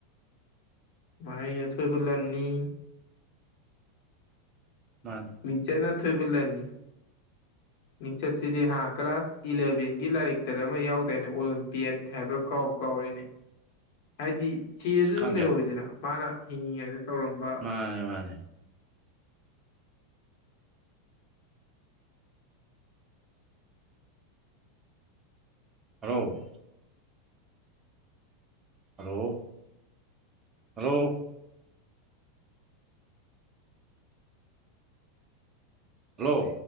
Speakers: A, on the left (about 55°); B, on the right (about 20°).
A: ꯃꯍꯩꯅ ꯑꯊꯣꯏꯕ ꯂꯟꯅꯤ
B: ꯃꯥꯟ
A: ꯆꯩꯅ ꯊꯣꯏꯕ ꯂꯟꯅꯤ
B: <unintelligible>
A: ꯅꯤꯡꯡꯆꯠꯁꯤꯗꯤ ꯍꯥ ꯀ꯭ꯂꯥꯁ ꯏꯂꯚꯦꯟꯒꯤ ꯂꯥꯏꯔꯤꯛꯇꯗ ꯑꯃ ꯌꯥꯎꯗꯦꯅꯦ ꯑꯣꯂꯦꯝꯄꯤꯌꯠ ꯍꯥꯏꯕ꯭ꯔꯥ ꯀꯥꯎꯕ ꯀꯥꯎꯔꯤꯅꯦ
B: <unintelligible>
A: ꯍꯥꯏꯗꯤ ꯁꯤꯔꯁꯨ
B: ꯈꯪꯗꯦ
A: ꯑꯗꯨꯝ ꯂꯩꯍꯧꯋꯤꯗꯅ ꯃꯥꯅ ꯍꯤꯡꯉꯤꯉꯩꯗ ꯇꯧꯔꯝꯕ
B: ꯃꯥꯅꯦ ꯃꯥꯅꯦ ꯍꯔꯣ ꯍꯜꯂꯣ ꯍꯂꯣ ꯍꯂꯣ